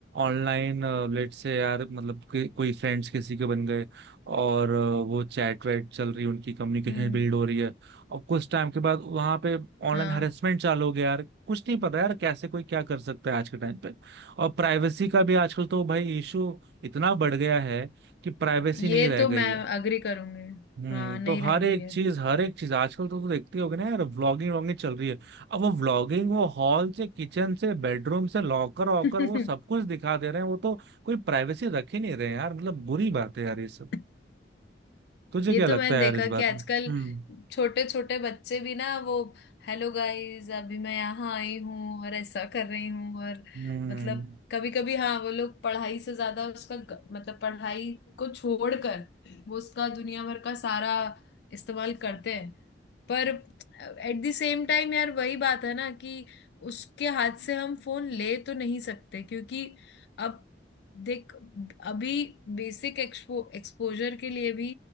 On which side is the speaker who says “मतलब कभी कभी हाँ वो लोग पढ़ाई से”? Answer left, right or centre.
Left